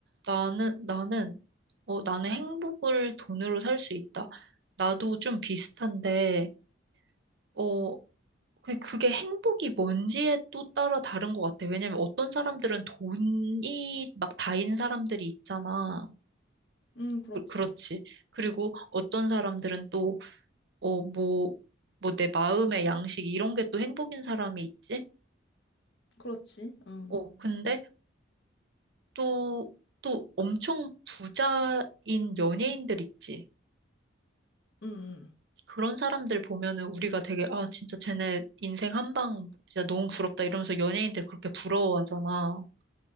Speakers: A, on the right; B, on the left.
A: 나는, 나는, 어, 나는 행복을 돈으로 살 수 있다. 나도 좀 비슷한데, 어, 그- 그게 행복이 뭔지에 또 따라 다른 것 같아. 왜냐면 어떤 사람들은 돈이 막 다인 사람들이 있잖아.
B: 음, 그렇지.
A: 그, 그렇지. 그리고 어떤 사람들은 또, 어, 뭐, 뭐 내 마음의 양식 이런 게 또 행복인 사람이 있지?
B: 그렇지. 응,
A: 어, 근데 또, 또 엄청 부자인 연예인들 있지.
B: 응, 응,
A: 그런 사람들 보면은 우리가 되게, 아, 진짜 쟤네 인생 한 방, 진짜 너무 부럽다 이러면서 연예인들 그렇게 부러워하잖아.